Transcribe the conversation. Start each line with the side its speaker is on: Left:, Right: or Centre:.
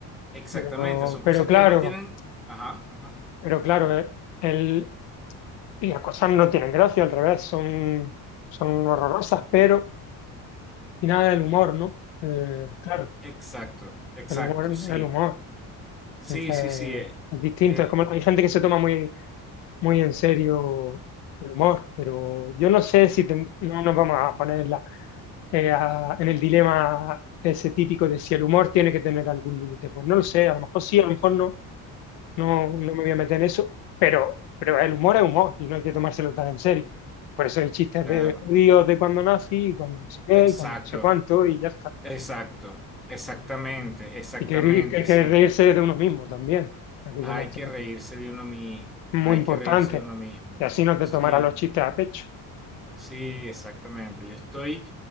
Centre: Exactamente,
Left: Pero,
Centre: son cosas
Left: pero claro,
Centre: que no tienen... Ajá, ajá.
Left: pero claro, eh, el, y las cosas no tienen gracia, al revés, son, son horrorosas, pero al final el humor, ¿no? Eh, claro,
Centre: Exacto, exacto,
Left: el humor,
Centre: sí.
Left: el humor.
Centre: Sí,
Left: Entonces,
Centre: sí, sí. eh,
Left: es distinto.
Centre: eh,
Left: Es como, hay gente que se toma muy, muy en serio el humor, pero yo no sé si ten- no nos vamos a poner en, la- eh, a- en el dilema ese típico de si el humor tiene que tener algún límite. Pues no lo sé, a lo mejor sí, a lo mejor no. No, no me voy a meter en eso, pero, pero el humor es humor y no hay que tomárselo tan en serio. Por eso hay chistes
Centre: claro.
Left: de judíos de cuando nací, y cuando no sé qué,
Centre: Exacto,
Left: y cuando no sé cuánto, y ya está.
Centre: exacto. Exactamente, exactamente,
Left: Y que, que hay que
Centre: sí.
Left: reírse de uno mismo también. Hay que
Centre: Hay
Left: tomárselo.
Centre: que reírse de uno mismo.
Left: muy
Centre: Hay
Left: importante.
Centre: que reírse de uno mismo.
Left: Y así no te
Centre: Sí,
Left: tomarás los chistes a pecho.
Centre: sí, exactamente. Yo estoy